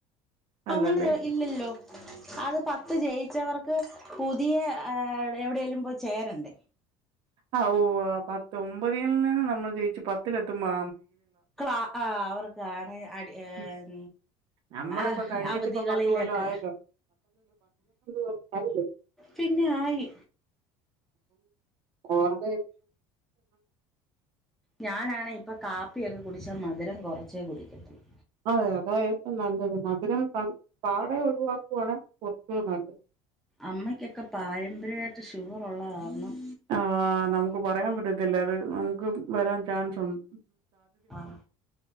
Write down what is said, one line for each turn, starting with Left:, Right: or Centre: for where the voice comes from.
Right: അല്ലല്ലേ.
Centre: അങ്ങനെ ഇല്ലല്ലോ അത് പത്ത് ജയിച്ചവർക്ക് പുതിയ എവിടെേലും പോയി ചേരണ്ടേ
Right: ആ ഓ പത്ത് ഒമ്പതിൽ നിന്നന്ന് നമ്മൾ ജയിച്ചു പത്തിലെത്തുമ്പോ
Centre: ക്ലാ ആ അവർക്കാണ് അടിഹർ
Right: ഉം. നമ്മളിപ്പോ
Centre: ആ
Right: കഴിഞ്ഞിട്ടിപ്പോ
Centre: അവധികളിലൊക്കെ
Right: കൊല്ലം ആയല്ലോ. കൊല്ലം ആയല്ലോ.
Centre: പിന്നെ ആയി
Right: ഓറ
Centre: ഞാനാണേ ഇപ്പം കാപ്പിയൊക്കെ കുടിച്ചാ മധുരം കൊറച്ചേ കുടിക്കത്തുള്ളൂ
Right: അതെ അതാ ഏറ്റവും നല്ലത് മധുരം കണ് പാടെ ഒഴിവാക്കുവാണ് കൊറച്ചുകൂടി നല്ലത്
Centre: അമ്മക്കൊക്കെ പാരമ്പര്യമായിട്ട് ഷുഗർള്ളതാരണം
Right: ആഹ നമുക്ക് പറയാൻ പറ്റത്തില്ല അത് നമുക്ക് വരാൻ ചാൻസുണ്ട്
Centre: ആഹ്